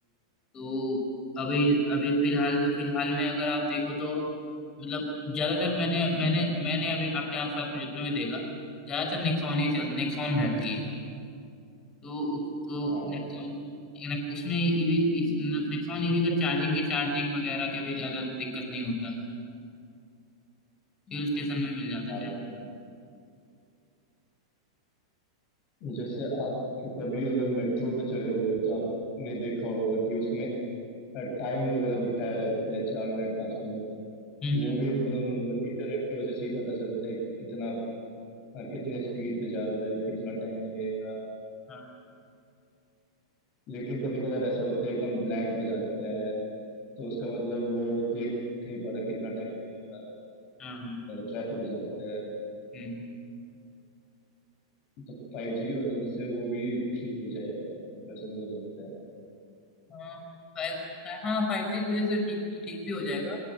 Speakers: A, on the left; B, on the left.
A: तो अभी अभी फिलहाल तो फिलहाल में अगर आप देखो तो मतलब ज्यादातर मैंने मैंने मैंने अभी अपने आसपास में जितना भी देखा ज्यादातर नेक्सॉन ही चल नेक्सॉन रहती है तो उस तो
B: हाँ
A: नेक्सॉन
B: भाई
A: नेक- उसमें ईवी इस नेक्सॉन ईवी का चार्जिंग के चार्जिंग वगैरह का भी ज्यादा दिक्कत नहीं होता फ्यूल स्टेशन में मिल जाता
B: हाँ
A: है
B: भाई
A: चार्जिंग तो
B: जैसे आप कभी अगर मेट्रो पे चढ़े होंगे तो आपने देखा होगा कि उसमें टाइम वगैरह दिखाया रहता है चार मिनट पाँच मिनट
A: हम्म हम्म
B: वो भी एकदम वो इंटरनेट की वजह से ही पता चलता है कि कितना अ, कितने स्पीड पे जा रहा है कितना टाइम लगेगा
A: हाँ
B: लेकिन कभी कभार ऐसा होता है एकदम ब्लैंक हो जाता है तो उसका मतलब वो देख नहीं पा रहा कितना टाइम लगेगा
A: हाँ हाँ,
B: ट्रैफिक हो जाता है
A: हम्म
B: तो फाइव जी की वजह से वो भी ठीक हो जाएगा वैसा मुझे लगता है
A: हाँ फाइव हाँ फाइव जी की वजह से ठीक तो ठीक भी हो जाएगा